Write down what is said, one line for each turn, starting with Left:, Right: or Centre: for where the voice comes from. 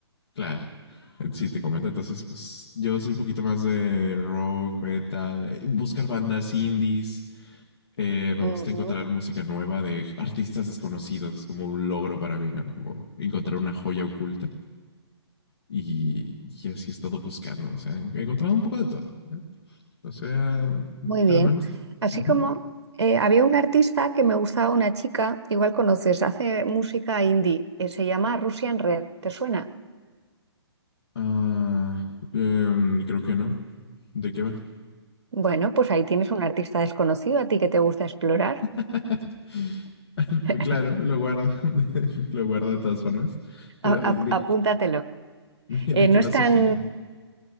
Left: Claro. Sí, te comento. Entonces, pues yo soy un poquito más de rock, metal, eh, buscar bandas indies. Eh, me gusta
Right: Ujú,
Left: encontrar música nueva de artistas desconocidos, como un logro para mí, ¿no? Como encontrar una joya oculta. Y, y así he estado buscando. O sea, he encontrado un poco de todo. ¿eh? O sea,
Right: Muy
Left: pero
Right: bien.
Left: me han gustado.
Right: Así
Left: Ujú.
Right: como eh, había un artista que me gustaba, una chica, igual conoces, hace música indie, eh, se llama Russian Red, ¿te suena?
Left: Ah, em, creo que no. ¿De qué va?
Right: Bueno, pues ahí tienes un artista desconocido a ti que te gusta explorar.
Left: <laughs>
Right: <laughs>
Left: claro, lo guardo. <laughs> lo guardo de todas formas. Pero
Right: A-
Left: ¿y
Right: a-
Left: ¿de,
Right: apúntatelo.
Left: de, de
Right: Eh,
Left: qué
Right: no
Left: va
Right: es
Left: su
Right: tan
Left: género?